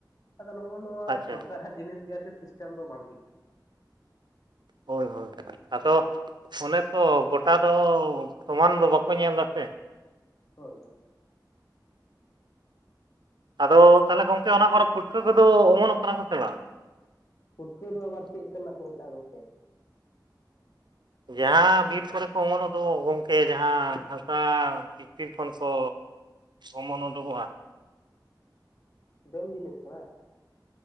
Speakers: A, on the left; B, on the right.
A: ᱟᱫᱚ ᱱᱚᱜ-ᱚ ᱱᱚᱣᱟ
B: ᱟᱪᱪᱷᱟ
A: ᱥᱚᱨᱠᱟᱨᱟᱜ ᱡᱤᱱᱤᱥ ᱜᱮ ᱟᱨᱠᱤ ᱥᱤᱥᱴᱮᱢ ᱫᱚ ᱵᱟᱝ ᱴᱷᱤᱠᱟ᱾
B: ᱦᱳᱭ ᱦᱳᱭ ᱦᱳᱭ, ᱟᱫᱚ ᱚᱱᱮ ᱛᱚ ᱜᱚᱴᱟ ᱫᱚ ᱥᱚᱢᱟᱱ ᱫᱚ ᱵᱟᱠᱚ ᱧᱮᱞᱫᱟᱥᱮ᱾
A: ᱦᱳᱭ ᱦᱳᱭ᱾
B: ᱟᱫᱚ ᱛᱟᱞᱦᱮ ᱜᱚᱝᱠᱮ ᱚᱱᱟ ᱠᱚᱨᱮ ᱯᱩᱴᱠᱟᱹ ᱠᱚᱫᱚ ᱚᱢᱚᱱᱚᱜ ᱠᱟᱱᱟ ᱠᱚ ᱥᱮ ᱵᱟᱝ?
A: ᱯᱩᱴᱠᱟᱹ ᱫᱚ ᱟᱵᱟᱨ ᱪᱮᱜ ᱞᱮᱠᱟᱱᱟᱜ ᱠᱚ ᱢᱮᱛᱟᱜ-ᱟ ᱜᱚᱝᱠᱮ?
B: ᱡᱟᱦᱟᱸ ᱵᱤᱨ ᱠᱚᱨᱮ ᱠᱚ ᱚᱢᱚᱱᱚᱜ ᱫᱚ ᱜᱚᱝᱠᱮ ᱡᱟᱦᱟᱸ ᱦᱟᱥᱟ ᱵᱷᱤᱛᱤᱨ ᱠᱷᱚᱱ ᱠᱚ ᱚᱢᱚᱱ ᱩᱰᱩᱝᱚᱜ-ᱟ᱾
A: ᱡᱚᱢ ᱡᱤᱱᱤᱥ ᱠᱟᱱᱟ?